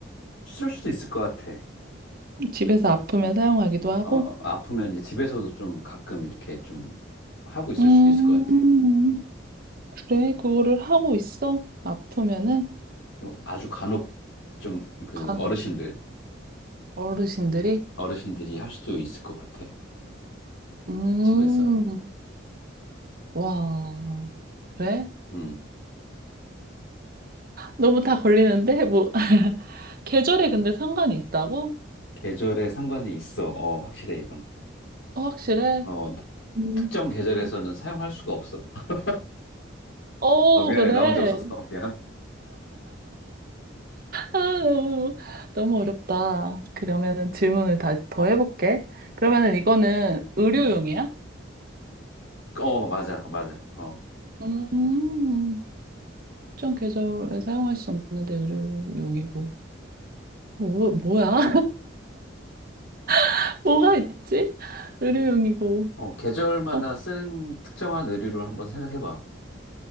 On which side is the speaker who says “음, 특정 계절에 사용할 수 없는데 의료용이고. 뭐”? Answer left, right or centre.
Right